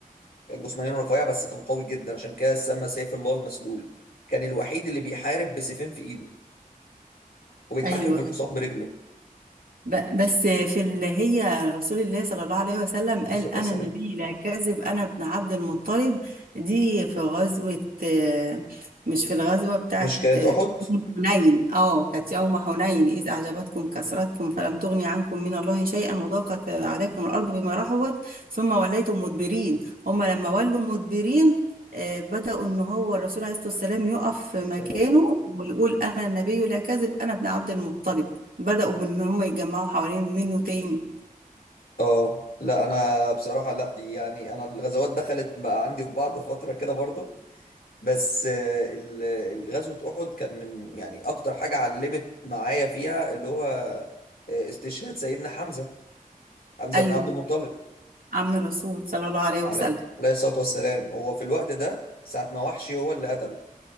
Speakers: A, on the left; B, on the right.
A: كان جسمانيا رفيع بس كان قوي جدا عشان كده سمى سيف الله المسلول كان الوحيد اللي بيحارب بسيفين في ايده وبيتحكم
B: ايوه
A: في الحصان برجله
B: ب- بس في اللي هي رسول الله صلى الله عليه وسلم
A: عليه
B: قال
A: الصلاة
B: أنا
A: والسلام
B: النبي لا كاذب أنا ابن عبد المطلب دي في غزوة آه، مش في الغزوة بتاعة
A: مش كانت أحد؟
B: حنين اه كانت يوم حنين إذ أعجبتكم كثرتكم فلم تغن عنكم من الله شيئا وضاقت عليكم الأرض بما رحبت ثم وليتم مدبرين هم لما ولوا مدبرين آه، بدأوا إن هو الرسول عليه الصلاة والسلام يقف في مكانه
A: عليه السلام
B: ويقول أنا النبي لا كذب أنا ابن عبد المطلب بدأوا بإن هم يتجمعوا حوالين منه تاني
A: اه لا انا بصراحة لا يعني انا الغزوات دخلت بقى عندي في بعض فترة كده برضو بس آه، ال- ال- غزوة أحد كان من يعني اكتر حاجة علمت معايا فيها اللي هو آه، استشهاد سيدنا حمزة حمزة
B: أيوه
A: بن عبد المطلب
B: عم الرسول صلى الله عليه
A: عليه
B: وسلم
A: عليه الصلاة والسلام هو في الوقت ده ساعة ما وحشي هو اللي قتله